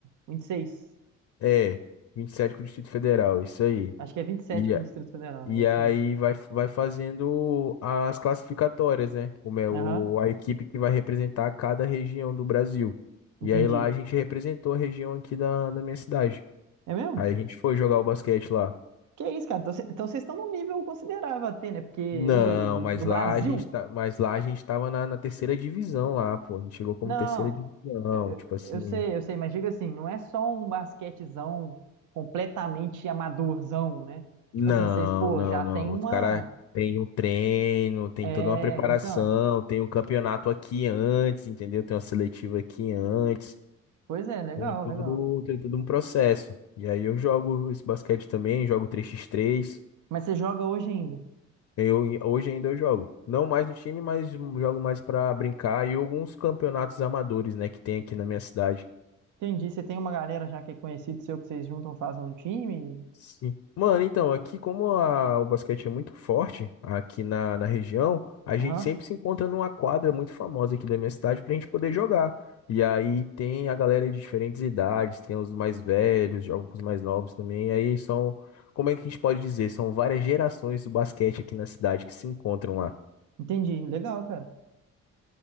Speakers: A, on the right; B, on the left.
A: vinte e seis.
B: é, 27 com o Distrito Federal, isso aí.
A: Acho que é vinte e sete
B: E
A: com o Distrito Federal, né?
B: E
A: É isso
B: aí
A: aí.
B: vai, vai fazendo as classificatórias, né? Como é o,
A: Aham.
B: a equipe que vai representar cada região do Brasil. E
A: Entendi.
B: aí lá a gente representou a região aqui da, da minha cidade.
A: É mesmo?
B: Aí a gente foi jogar o basquete lá.
A: Que isso, cara? Então cê- então vocês estão num nível considerável até, né? Porque eu
B: Não,
A: doido de-
B: mas
A: do
B: lá
A: Brasil.
B: a gente tá, mas lá a gente tava na, na terceira divisão lá, pô. A gente chegou como
A: Não,
B: terceira divisão,
A: eu, eu-
B: tipo assim.
A: eu sei, eu sei, mas diga assim, não é só um basquetezão completamente amadorzão, né?
B: Não,
A: Tipo assim, vocês, pô,
B: não,
A: já
B: não.
A: tem uma.
B: Os caras têm um treino, tem
A: É,
B: toda uma preparação,
A: então.
B: tem um campeonato aqui antes, entendeu? Tem uma seletiva aqui antes.
A: Pois é, legal,
B: Tem todo,
A: legal.
B: tem todo um processo. E aí eu jogo esse basquete também, jogo três x três
A: Mas você joga hoje ainda.
B: Eu, hoje ainda eu jogo. Não mais no time, mas jogo mais pra brincar e alguns campeonatos amadores, né, que tem aqui na minha cidade.
A: Entendi. Você tem uma galera já que é conhecido seu que vocês juntam, fazem um time.
B: Sim. Mano, então, aqui como a- o basquete é muito forte aqui na, na região, a
A: Aham.
B: gente sempre se encontra numa quadra muito famosa aqui da minha cidade pra gente poder jogar. E aí tem a galera de diferentes idades, tem os mais velhos, jogam com os mais novos também. E aí são, como é que a gente pode dizer? São várias gerações do basquete aqui na cidade que se encontram lá.
A: Entendi. Legal, cara.